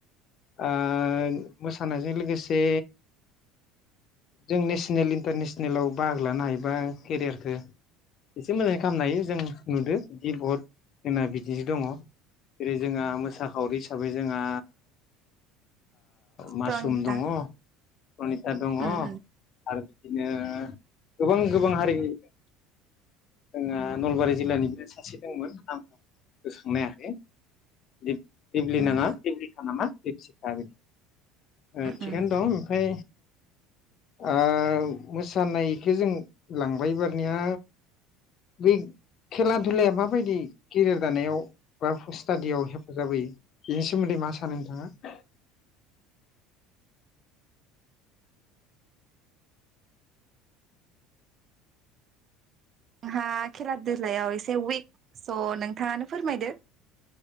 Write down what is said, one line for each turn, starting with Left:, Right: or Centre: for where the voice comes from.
Left: ओ मोसानायजों लोगोसे जों नेसनेल इन्टारनेसनेलाव बाहागो लानो हायोबा केरियारखौ एसे मोजाङै खामनो हायो जों नुदो दि बत जोंना बिदिसो दङ जेरै जोंहा मोसाखावरि हिसाबै जोंहा मासुम
Right: प्रनिता
Left: दङ प्रनिता दङ
Right: उम
Left: आरो
Right: उम
Left: बिदिनो गोबां गोबां हारिनि जोंहा नलबारि जिल्लानिबो सासे दंमोन आं गोसो खांनो हायाखै दिप-दिपलिना
Right: उम
Left: ना दिबलिखा नामा दिपसिखा बि ओ
Right: आंहा
Left: थिगानो दं ओमफ्राय ओ मोसानायखौ जों लांबाय एबारनिया बे खेला धुलाया माबायदि केरियार दानायाव बा स्टाडियाव हेफाजाब होयो बेनि सोमोन्दै मा सानो नोंथाङा?
Right: आंहा खेला दुलायाव एसे उइक स' नोंथाङानो फोरमायदो